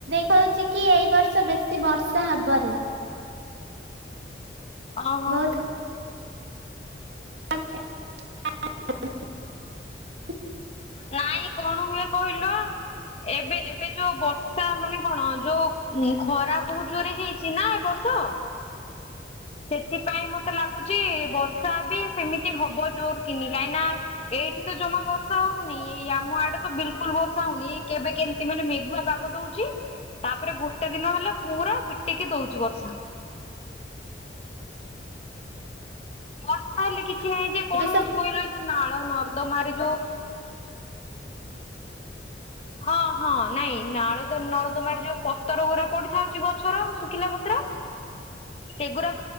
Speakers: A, on the right; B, on the left.
A: ହଉଛି କି ଏଇ ବର୍ଷ ବେଶୀ ବର୍ଷା ହେବରେ
B: ଓ ହୋ
A: ବହୁତ
B: ହୋ
A: <inaudible>
B: ନାଇଁ କଣ ହୁଏ କହିଲ ଏବେ ଏବେ ଯୋଉ ବର୍ଷା ମାନେ କଣ ଯୋଉ ଖରା ବୋହୁତ ଜୋରେ ହେଇଛି ନା ଏ ବର୍ଷ ସେଥିପାଇଁ ମତେ ଲାଗୁଛି ବର୍ଷା ବି ସେମିତି ହବ ଜୋର କିିନି କାହିଁକି ନା ଏଇଠି ତ ଜମା ବର୍ଷ ବର୍ଷା ହଉନି ଆମ ଆଡେ ତ ବିଲକୁଲ ବର୍ଷା ହଉନି କେବେ କେମିତି ମାନେ ମେଘୁଆ ପାଗ ଦଉଛି ତାପରେ ଗୋଟେ ଦିନ ହେଲେ ପୁରା ପିଟିକି ଦଉଛି ବର୍ଷା ବର୍ଷା ହେଲେ କିଛି କିଛି ନାହିଁ ଯେ
A: ହୁଁ
B: କଣ ହଉଛି କହିଲ ଏଇ ଯୋଉ ନାଳ ନର୍ଦ୍ଦମାରେ ଯୋଉ ହଁ ହଁ ନାଇଁ ନାଳ ନର୍ଦମା ଯୋଉ ତର ଗଡା ପଡିଥାଉଛି ଗଛର ଶୁଖିଲା ପତ୍ର ସେଗୁଡ଼ା